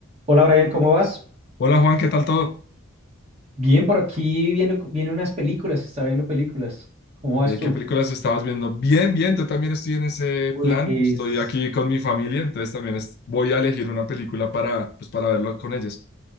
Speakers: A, on the right (about 30°); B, on the left (about 50°).
A: Hola Brian, ¿cómo vas?
B: Hola Juan, ¿qué tal todo?
A: Bien, por aquí viendo, viene unas películas, está viendo películas. ¿Cómo vas
B: Eh,
A: tú?
B: ¿qué películas estabas viendo? Bien, bien, yo también estoy en ese
A: Pues,
B: plan. Estoy aquí con mi familia, entonces también es- voy a elegir una película para, pues, para verlo con ellos.